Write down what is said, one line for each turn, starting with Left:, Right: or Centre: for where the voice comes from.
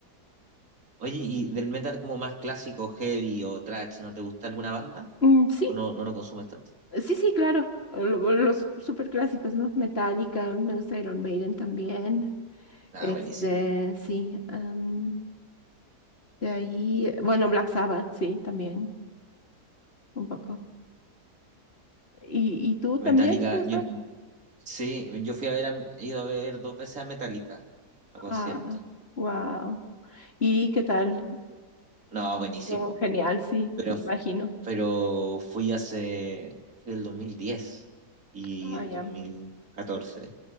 Right: Oye, ¿y del metal como más clásico, heavy o thrash, ¿no te gusta alguna banda?
Left: Mm, sí,
Right: ¿O no, no lo consumes tanto?
Left: sí, sí, claro. lo- Los super clásicos, ¿no? Metallica, me gusta Iron Maiden también.
Right: Ah,
Left: Este,
Right: buenísimo.
Left: sí. am, de ahí, bueno, Black Sabbath, sí, también, un poco. ¿Y, y tú también?
Right: Metallica,
Left: O sea,
Right: yo, sí, yo fui a ver, a- he ido a ver dos veces a Metallica a concierto.
Left: ah, wow. ¿Y qué tal?
Right: No, buenísimo.
Left: No, genial, sí,
Right: Pero,
Left: me imagino.
Right: pero fui hace, fui el 2010 y
Left: Ah,
Right: el
Left: ya.
Right: 2014,